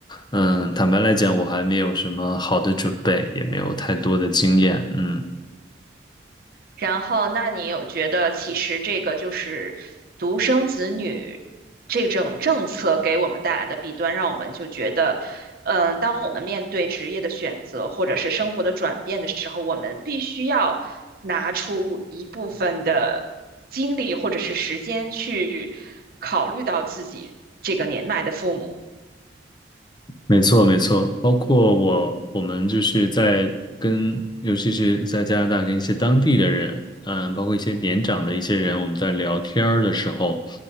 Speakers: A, on the left; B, on the right.
A: 嗯，坦白来讲，我还没有什么好的准备，也没有太多的经验。嗯。
B: 然后，那你有觉得其实这个就是独生子女这种政策给我们带来的弊端，让我们就觉得，嗯，当我们面对职业的选择或者是生活的转变的时候，我们必须要拿出一部分的精力或者是时间去考虑到自己这个年迈的父母
A: 没错，没错，包括我，我们就是在跟，尤其是在加拿大跟一些当地的人，嗯，包括一些年长的一些人，我们在聊天儿的时候，